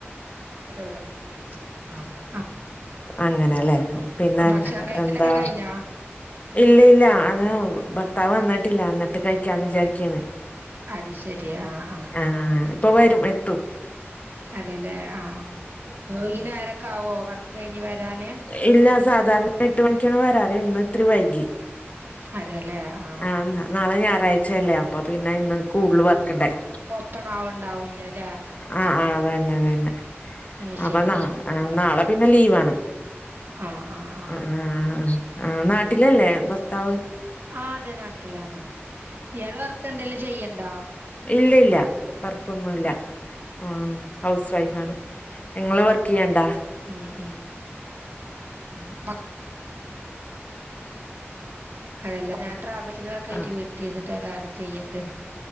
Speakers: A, on the right (about 50°); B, on the left (about 35°).
A: ട്ടുള്ളു ആഹ് ആ
B: അങ്ങനെല്ലേ പിന്നെ
A: ഭക്ഷണം കഴിക്കലൊക്കെ
B: എന്താ
A: കഴിഞ്ഞാ
B: ഇല്ല ഇല്ല അതാ ഭർത്താവ് ന്നിട്ടില്ല ന്നട്ട് കഴിക്കാന്ന് വിചാരിക്കണ്
A: അത് ശരി ആ ആ
B: ആഹ് ആഹ് ഇപ്പ വരും എത്തും
A: അതെല്ലേ ആഹ് ഈ നേരെക്കകോ വർക്ക് കഴിഞ്ഞ് വരാന്
B: ഇല്ല സാധാരണ എട്ടു മണിക്കാണ് വരാറ് ഇന്ന് ഇത്തിരി വൈകി
A: അതെല്ലേ ആ
B: ആഹ് നാളെ ഞായറാഴ്ചയല്ലേ അപ്പ പിന്നെ ഇന്ന് കൂടുതൽ വർക്ക് ണ്ടായി
A: പ്പണവ്ണ്ടാവൂല്ല ല്ലെ
B: ആഹ് ആഹ് അതന്നെ തന്നെ
A: അത് ശരി
B: അപ്പൊ ന
A: ആ
B: നാളെ പിന്നെ ലീവാണ്
A: ആഹ് ആഹ്
B: അഹാ ആഹ് നാട്ടിലല്ലേ ഭർത്താവ്
A: ആഹ് അതെ നാട്ടിലാണ് ഇയാൾ വർക്ക് എന്തേങ്കിലും ചെയ്യ്ണ്ടോ
B: ഇല്ലല്ല വർക്കൊന്നുംല്ല ഉം ആഹ് ഹൗസ് വൈഫാണ് ങ്ങള് വർക്കെയ്യ്ണ്ടാ?
A: ഉം ഉം ഉം മ അതെല്ല ഞാനൻ ട്രാവൽസ് ആക്കിയിട്ട്
B: ആ
A: വീട്ടിരിട്ട് വേറെ ചെയ്യ്ണ്ട്